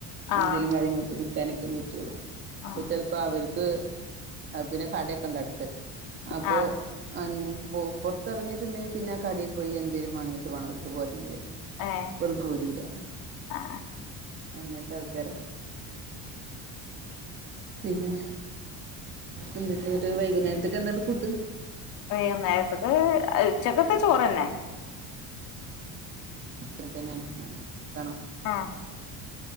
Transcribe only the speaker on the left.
ആ
ആ
ആ
ഏ
ആ
വൈകുന്നേരത്ത്ക്ക് ഉച്ചക്കത്തെ ചോറന്നെ
ആ